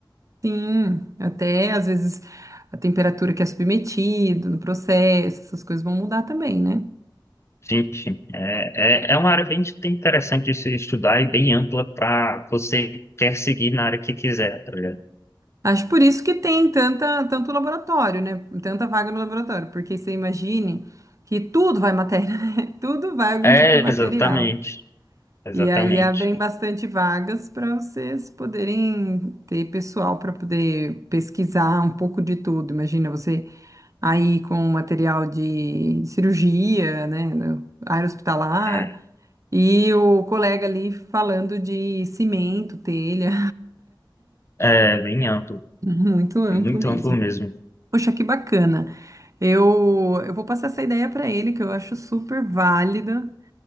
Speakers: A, on the right (about 40°); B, on the left (about 35°).
A: Sim, até às vezes a temperatura que é submetido no processo, essas coisas vão mudar também, né?
B: Sim, sim. É, é, é uma área bem interessante de se estudar e bem ampla para você quer seguir na área que quiser, tá ligado?
A: Acho por isso que tem tanta, tanto laboratório, né? Tanta vaga no laboratório, porque você imagine que tudo vai matéria, <laughs> né? Tudo vai algum
B: É,
A: tipo de material.
B: exatamente. Exatamente.
A: E aí abrem bastante vagas para vocês poderem ter pessoal para poder pesquisar um pouco de tudo. Imagina você aí com material de cirurgia, né, no área hospitalar,
B: É,
A: e o colega ali falando de cimento, telha,
B: é bem amplo,
A: <laughs> muito amplo
B: muito
A: mesmo.
B: amplo mesmo.
A: Poxa, que bacana. Eu, eu vou passar essa ideia para ele, que eu acho super válida.